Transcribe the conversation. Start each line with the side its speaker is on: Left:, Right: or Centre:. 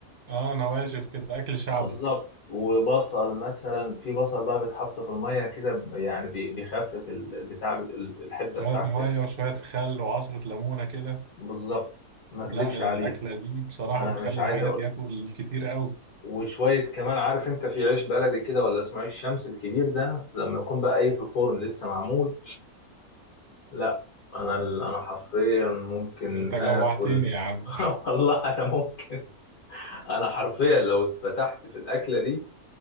Right: آه نواشف كده أكل شعبي
Left: بالظبط وبصل مثلا في بصل بقى بيتحط في المية كده ب- يعني بي- بيخفف ال- البتاع بت- ال- الحدة
Right: شوية
Left: بتاعته
Right: مية
Left: يعني
Right: وشوية خل وعصرة ليمونة كده
Left: بالظبط ما
Right: لا
Left: اكدبش
Right: الأكلة
Left: عليه
Right: دي بصراحة
Left: انا
Right: بتخلي
Left: مش عايز
Right: الواحد
Left: اقول
Right: ياكل كتير قوي
Left: وشوية كمان عارف انت في عيش بلدي كده ولا اسمه عيش شمس الكبير ده لما يكون بقى ايه في الفرن لسه معمول لا انا
Right: آه
Left: ال- انا حرفيا ممكن
Right: أنت جوعتني
Left: اكل
Right: يا عم
Left: <laughs> والله انا ممكن انا حرفيا لو اتفتحت في الاكله دي